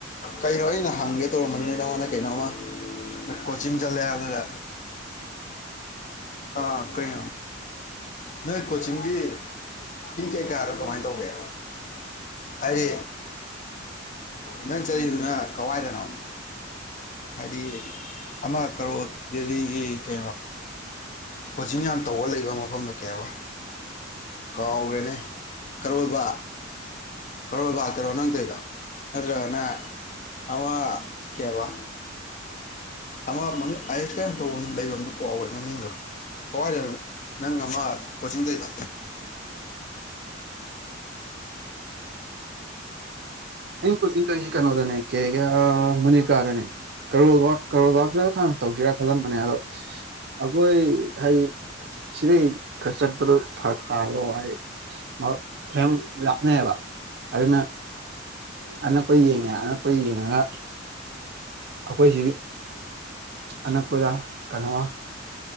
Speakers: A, on the left (about 40°); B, on the right (about 55°).
A: ꯀꯩꯅꯣ ꯑꯩꯅ ꯍꯪꯒꯦ ꯇꯧꯔꯝꯕꯅꯤꯅꯦ ꯅꯪꯉꯣꯟꯗ ꯀꯩꯅꯣꯝꯃ ꯀꯣꯆꯤꯡ ꯆꯠꯂꯦ ꯑꯗꯨꯗ ꯑꯥ ꯀꯔꯤ ꯅꯣꯏ ꯀꯣꯆꯤꯡꯒꯤ ꯐꯤ ꯀꯩ ꯀꯌꯥꯔꯣ ꯀꯃꯥꯏꯅ ꯇꯧꯒꯦ ꯑꯩ ꯅꯪ ꯆꯠꯂꯤꯗꯨꯅ ꯀꯋꯥꯏꯗꯅꯣ ꯍꯥꯏꯗꯤ ꯑꯃ ꯀꯔꯣ ꯗꯦꯜꯂꯤꯒꯤ ꯀꯣ ꯀꯣꯆꯤꯡ ꯌꯥꯝ ꯇꯧꯔ ꯂꯩꯕ ꯃꯐꯝꯗꯨꯣ ꯀꯌꯥꯕ ꯀꯥꯎꯔꯦꯅꯦ ꯀꯔꯣ ꯕ ꯀꯔꯣ ꯕ ꯀꯔꯣ ꯅꯪ ꯀꯩꯗꯣ ꯑꯗꯨ꯭ꯔꯣ ꯅ ꯑ ꯀꯦꯕ ꯑꯃ ꯃꯃꯤ ꯑꯥꯏꯁ ꯀꯩꯅ ꯇꯧꯕꯐꯝ ꯂꯩꯐꯝꯗꯨꯣ ꯀꯥꯎꯈ꯭ꯔꯦ ꯃꯃꯤꯡꯗꯣ ꯀꯋꯥꯏꯗꯅꯣ ꯅꯪ ꯑꯃ ꯀꯣꯆꯤꯡꯗꯗ
B: ꯑꯩ ꯀꯣꯤꯡ ꯁꯤ ꯀꯩꯅꯣꯗꯅꯦ ꯀꯩ ꯀꯦ ꯃꯨꯅꯤꯀꯥꯗꯅꯦ ꯀꯣꯜ ꯀꯔꯜ ꯊ ꯇꯧꯁꯤꯔꯥ ꯈꯜꯂꯝꯕꯅꯦ ꯑꯗꯣ ꯑꯩꯈꯣꯏ ꯍꯥꯏꯗꯤ ꯁꯤꯗꯩ ꯆꯠꯄꯗꯣ ꯐꯔꯛꯇꯗꯔꯗ ꯑꯗꯨꯅ ꯑꯅꯛꯄ ꯌꯦꯡꯉꯦ ꯑꯅꯛꯄ ꯌꯦꯡꯉꯒ ꯑꯩꯈꯣꯏꯁꯤ ꯑꯅꯛꯄꯖꯥ ꯀꯟꯋꯥ